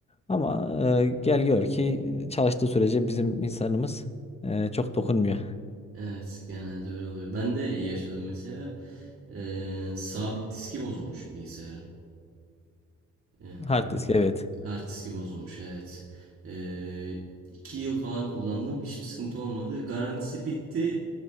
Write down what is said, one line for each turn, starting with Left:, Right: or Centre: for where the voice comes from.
Left: Ama e, gel gör ki çalıştığı sürece bizim insanımız e, çok dokunmuyor.
Right: Evet. Genelde öyle oluyor. Ben de yaşadım mesela. Ee, sabit diski bozulmuş bilgisayarın. Ee,
Left: Hard disk evet.
Right: hard diski bozulmuş. Evet. Ee, iki yıl falan kullandım. Hiçbir sıkıntı olmadı. Garantisi bitti.